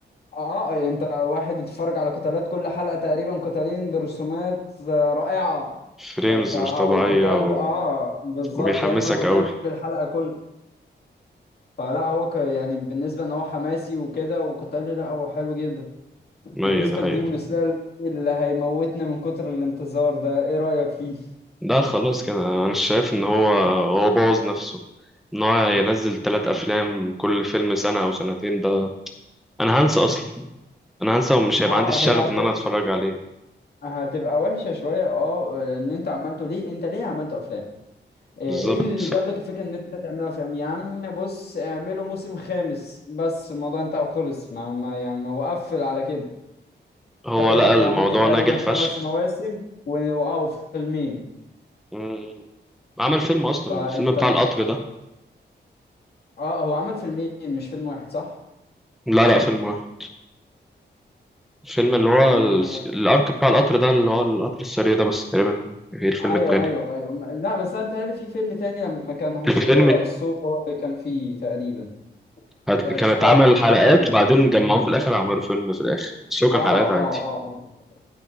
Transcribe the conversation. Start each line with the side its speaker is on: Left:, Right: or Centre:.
Left: آه أنت واحد بتتفرج على قتالات كل حلقة تقريبا قتالين برسومات آه، رائعة
Centre: فريمز
Left: ف... ف... أو
Centre: مش طبيعية
Left: قتال
Centre: و...
Left: ب... آه بالظبط
Centre: وبيحمسك
Left: يا إما قتال
Centre: أوي
Left: بالحلقة كل فلا هو ك... يعني بالنسبة ان هو حماسي وكده وقتالي لا هو حلو جدا
Centre: أيوة
Left: بالنسبة
Centre: دي حقيقة
Left: لديمون
Centre: فعلا
Left: سلاير اللي هيموتنا من كتر الانتظار ده ايه رأيك فيه؟
Centre: ده خلاص كده أنا شايف إن هو هو بوظ نفسه إن هو ينزل تلات أفلام كل فيلم سنة أو سنتين ده أنا هنسى أصلا أنا هنسى ومش هيبقى
Left: اه
Centre: عندي الشغف
Left: هي هت...
Centre: إن أنا أتفرج عليه
Left: هتبقى وحشة شوية اه ان انت عملته ليه انت ليه عملت افلام؟ آه،
Centre: بالظبط
Left: ايه اللي جاب لك الفكرة ان انت تعملها افلام يا عم بص اعمله موسم خامس بس الموضوع انتهى وخلص ما, ما يعني وقفل على كده
Centre: هو
Left: انت كده
Centre: لقى
Left: هتبقى
Centre: الموضوع
Left: عملت تقريبا
Centre: ناجح
Left: خمس
Centre: فشخ
Left: مواسم و... اه وفيلمين
Centre: مم. عمل فيلم اصلا
Left: فانت
Centre: الفيلم بتاع القطر ده
Left: اه هو عمل فيلمين مش فيلم واحد صح؟
Centre: لا لا فيلم واحد الفيلم اللي هو
Left: فيلم
Centre: ال-
Left: واحد
Centre: الارك بتاع القطر ده اللي هو القطر السريع ده بس تقريبا غير الفيلم
Left: ايوه
Centre: التاني
Left: ايوه ايوه م- لا بس انا بيتهيألي في فيلم تاني لما كان حشيرة
Centre: الفيلم
Left: الصوت هو اللي كان فيه تقريبا
Centre: هت-
Left: بتاع
Centre: كان
Left: الك-
Centre: اتعمل
Left: اه بتاع
Centre: حلقات
Left: القرية
Centre: بعدين جمعوهم في الاخر عملوا فيلم في الاخر بس هو كان
Left: اه اه
Centre: حلقات عادي
Left: اه اه